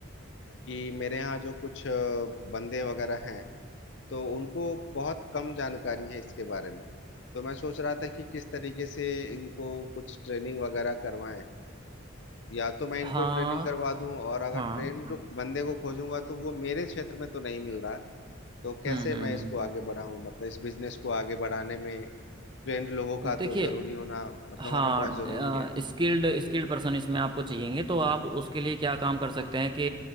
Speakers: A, on the left; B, on the right.
A: कि मेरे यहाँ जो कुछ अ, बंदे वगैरह हैं तो उनको बहुत कम जानकारी है इसके बारे में तो मैं सोच रहा था कि किस तरीके से इनको कुछ ट्रेनिंग वगैरह करवाएं या तो मैं इनको
B: हाँ
A: ट्रेनिंग करवा दूं और अगर
B: हाँ
A: ट्रेन बंदे को खोजूंगा तो वो मेरे क्षेत्र में तो नहीं मिल रहा तो कैसे
B: हम्म हम्म
A: मैं इसको
B: हम्म
A: आगे बढ़ाऊं मतलब इस बिजनेस को आगे बढ़ाने में ट्रेंड लोगों
B: देखिए
A: का तो जरूरी होना मतलब
B: हाँ
A: होना बहुत जरूरी है
B: स्किल्ड स्किल्ड पर्सन इसमें आपको चाहिएंगे तो आप उसके लिए क्या काम कर सकते हैं कि